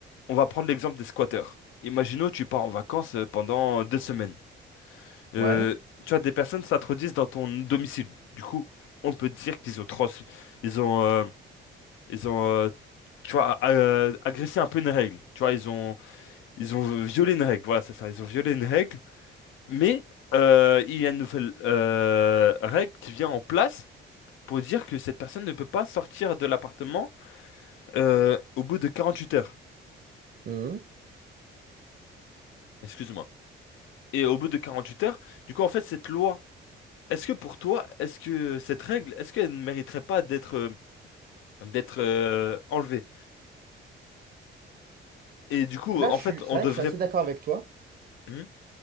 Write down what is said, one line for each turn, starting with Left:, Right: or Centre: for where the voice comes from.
Left: on va prendre l'exemple des squatteurs. Imaginons, tu pars en vacances euh, pendant euh, deux semaines. Euh,
Right: Ouais.
Left: tu vois, des personnes s'introduisent dans ton domicile. Du coup, on peut dire qu'ils ont trans, ils ont, euh, ils ont, euh, tu vois, a- euh, agressé un peu une règle. Tu vois, ils ont, ils ont violé une règle. Voilà, c'est ça. Ils ont violé une règle. Mais euh, il y a une nouvelle euh, règle qui vient en place pour dire que cette personne ne peut pas sortir de l'appartement euh, au bout de 48 heures.
Right: Hmm.
Left: Excuse-moi. Et au bout de 48 heures, du coup, en fait, cette loi, est-ce que pour toi, est-ce que cette règle, est-ce qu'elle ne mériterait pas d'être euh, d'être euh, enlevée? Et du coup,
Right: Là,
Left: en
Right: je
Left: fait,
Right: suis, c'est
Left: on
Right: vrai
Left: devrait...
Right: que je suis assez d'accord avec toi.
Left: Hmm